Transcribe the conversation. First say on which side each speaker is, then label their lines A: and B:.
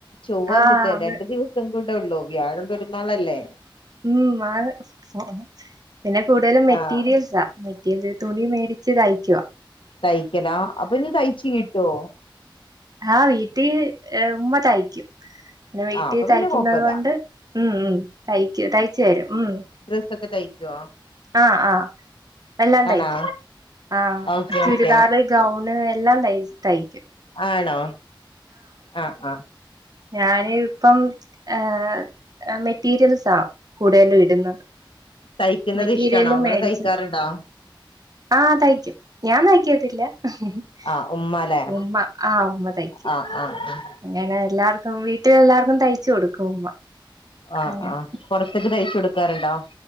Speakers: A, on the left; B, on the right.
A: ചൊവ്വാ
B: ആഹ്
A: ബുധൻ
B: അത്
A: രണ്ടു ദിവസം കൂടെ ഉള്ളു വ്യാഴം പെരു <unintelligible> ന്നാളല്ലേ
B: ഇംആണ് <unintelligible> പിന്നെ കൂടുതലും മെറ്റീരിയൽസാ
A: ആഹ്
B: മെറ്റ് എന്ത് തുണി മേടിച്ച് തയ്ക്ക്വ
A: തയ്ക്കലാ അപ്പൊ ഇനി തയ്ച്ച് കിട്ടോ
B: ആഹ് വീട്ടീ ഉമ്മ തൈക്കും ന്നെ വീട്ടിൽ
A: ആഹ് അപ്പൊ
B: തയ്ക്കുന്നത്
A: പിന്നെ കൊഴപ്പല്ല
B: കൊണ്ട് ഉം ഉം തയ്ക്കു തയ്ച്ചു വരു ഉം
A: ക്കെ തയ്ക്ക്വാ
B: ആ ആഹ് എല്ലാം തയ്ക്കും
A: ആണോ
B: ആ
A: ഓക്കെ
B: ചുരിദാറ്,
A: ഓക്കെ
B: ഗൗണ്, എ എല്ലാം തയ്ച്ച് തയ്ക്കും
A: ആണോ ആഹ് ആഹ്
B: ഞാന് ഇപ്പം ഏ മെറ്റി റ്റീരിയൽസ കൂടുതലും ഇടുന്നത്
A: തയ്ക്കുന്നത്
B: മെറ്റീരിയല്
A: ഇഷ്ടണോ ങ്ങള്
B: മേടിച്ച
A: തയ്ക്കാറുണ്ടോ
B: ആഹ് തയ്ക്കും ഞാൻ തയ്ക്കത്തില്ല ഹ്ഹ്ഹ്ഉമ്മ
A: ആഹ് ഉമ്മ ല്ലേ
B: ആഹ് ഉമ്മ തയ്ക്കും
A: ആഹ് ആഹ് ആഹ്
B: അങ്ങനെ എല്ലാര് ഉം വീട്ടിലെല്ലാർക്കും തയ്ച്ചു കൊടുക്കും ഉമ്മ
A: ആഹ്
B: അങ്ങനെ
A: ആഹ് പുറത്തിക്ക് തയ്ച്ചു കൊടു ക്കാറ്ണ്ടോ